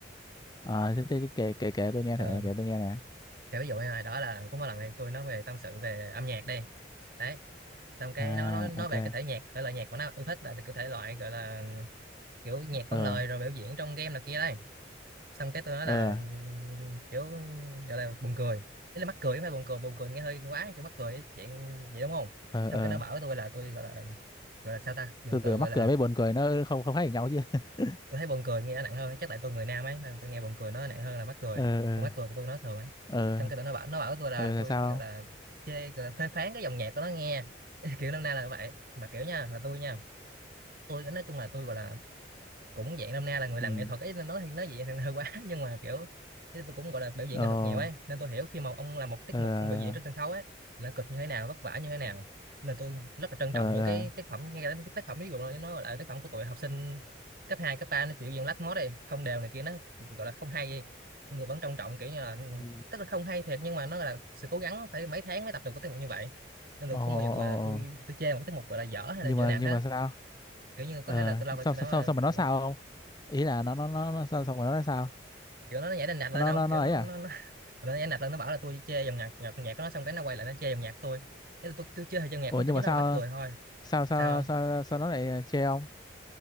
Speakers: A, on the left; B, on the right.
A: ờ thế, thế, thế kể kể kể tôi nghe
B: ờ
A: thử kể tôi nghe nè
B: thì ví dụ này đó là có một lần này tôi nói về tâm sự về âm nhạc đi đấy xong cái
A: à
B: nó nói nói
A: ok
B: về cái thể nhạc thể loại nhạc mà nó yêu thích là được cái thể loại gọi là kiểu nhạc không
A: ờ
B: lời rồi biểu diễn trong game này kia đây xong cái tôi nói
A: ờ
B: là kiểu gọi là buồn cười ý là mắc cười chứ không phải buồn cười buồn cười nghe hơi quá kiểu mắc cười ấy, dạng vậy đúng không
A: ờ
B: xong
A: ờ
B: cái nó bảo với tôi là tôi gọi là gọi là sao ta dùng
A: từ
B: từ
A: từ
B: gọi
A: mắc
B: là
A: cười với buồn cười nó không không khác gì nhau chứ <laughs>
B: tôi thấy buồn cười nghe nó nặng hơn chắc tại tôi người nam ấy nên tôi nghe buồn cười nó nặng hơn là mắc cười
A: ờ ờ
B: còn mắc cười tôi nói thường ấy
A: ờ
B: xong cái tụi nó bảo nó bảo với tôi là
A: ờ là
B: tôi
A: sao
B: gọi là chê gọi là phê phán cái dòng nhạc của nó nghe <laughs> kiểu năm nay là vậy mà kiểu nha là tôi nha tôi nói chung là tôi gọi là cũng dạng năm nay là người
A: ừ
B: làm nghệ thuật ấy nên nói thì nói vậy thì hơi quá <laughs> nhưng mà kiểu chứ tôi cũng gọi là biểu diễn
A: ờ
B: nghệ thuật nhiều ấy nên tôi hiểu khi mà ông làm một tiết
A: ờ
B: mục ông biểu diễn trên sân khấu ấy là cực như thế nào vất vả như thế nào nên tôi rất là trân
A: ờ
B: trọng những
A: ờ
B: cái tác phẩm ngay cả cái tác phẩm ví dụ là nó gọi là tác phẩm của tụi học sinh cấp 2 cấp ba nó chịu diễn lách mốt đi không đều này kia nó gọi là không hay gì nhưng tôi vẫn trân trọng kiểu như là
A: Ừ.
B: tức là không hay thiệt nhưng mà nó là sự cố gắng phải mấy tháng mới tập được cái tiết mục như vậy nên là
A: ồ ồ
B: không bao giờ tôi là tôi
A: ồ.
B: tôi chê một cái tiết mục gọi là dở hay
A: nhưng
B: là như
A: mà
B: nào
A: nhưng
B: hết
A: mà sao
B: kiểu như có
A: ờ
B: thể là tôi lâu rồi
A: sao
B: tôi
A: sao
B: nói
A: sao
B: là
A: sao mà nó
B: kiểu
A: sao không ý là nó nó nó, nó sao sao mà nó là sao
B: kiểu nó nhảy đành đạch lên
A: nó
B: ông
A: nó
B: kiểu
A: nó
B: nó
A: ấy à
B: nó nó, <laughs> nó nhảy đành đạch lên nó bảo là tôi chê dòng nhạc nhạc nhạc của nó xong cái nó quay lại nó chê dòng nhạc tôi cái là tôi tôi chê dòng nhạc
A: ủa
B: của nó tôi
A: nhưng
B: chỉ
A: mà
B: nói
A: sao
B: là mắc cười thôi
A: sao sao
B: sao không?
A: sao sao nó lại chê ông